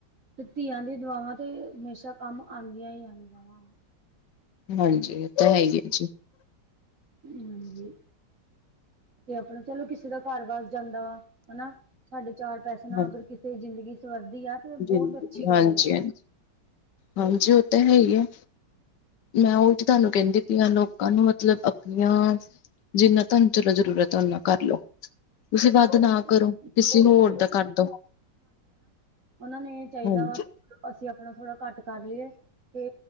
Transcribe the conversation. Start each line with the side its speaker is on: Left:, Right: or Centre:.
Right: ਤੇ ਧੀਆਂ ਦੀਆਂ ਦਵਾਵਾਂ ਤੇ ਹਮੇਸ਼ਾ ਕੰਮ ਆਂਦੀਆਂ ਈ ਆਂਦੀਆਂ ਵਾ।
Left: ਹਾਂਜੀ, ਓ ਤੇ ਹੈ ਈ ਐ ਜੀ।
Right: ਹਾਜੀ, ਤੇ ਆਪਣਾ ਚਲੋ, ਕਿਸੇ ਦਾ ਘਰ ਵਸ ਜਾਂਦਾ ਵਾ ਹਨਾ, ਸਾਡੇ ਚਾਰ ਪੈਸੇ ਹਨਾ,
Left: ਹਾਂ
Right: ਅਗਰ ਕਿਸੇ ਦੀ ਜ਼ਿੰਦਗੀ ਸਵਰਦੀ ਆ ਤੇ
Left: ਜ਼ਿੰਦਗੀ
Right: ਬੋਤ ਅੱਛੀ ਗੱਲ
Left: ਹਾਂਜੀ
Right: ਆ।
Left: ਹਾਂਜੀ, ਓ ਤੇ ਹੈ ਈ ਐ। ਮੈਂ ਓਈ ਤੇ ਤਾਨੂੰ ਕੇਂਦੀ ਪਈ ਆਂ, ਲੋਕਾਂ ਨੂੰ ਮਤਲਬ ਆਪਣੀਆਂ- ਜਿੰਨਾ ਤਾਨੂੰ ਚਲੋ ਜ਼ਰੂਰਤ ਐ ਓਨਾ ਕਰ ਲੋ। ਤੁਸੀਂ ਵੱਧ
Right: ਆਪਣੇ
Left: ਨਾ ਕਰੋ,
Right: ਜੋ
Left: ਕਿਸੇ ਹੋਰ
Right: ਜਿਹੜੇ
Left: ਦਾ ਕਰਦੋ।
Right: ਓਨਾਂ ਨੂੰ ਏ ਚਾਈਦਾ
Left: ਹਾਂਜੀ
Right: ਵਾ ਕਿ, ਅਸੀਂ ਆਪਣਾ ਥੋੜ੍ਹਾ ਘੱਟ ਕਰ ਲੀਏ। ਤੇ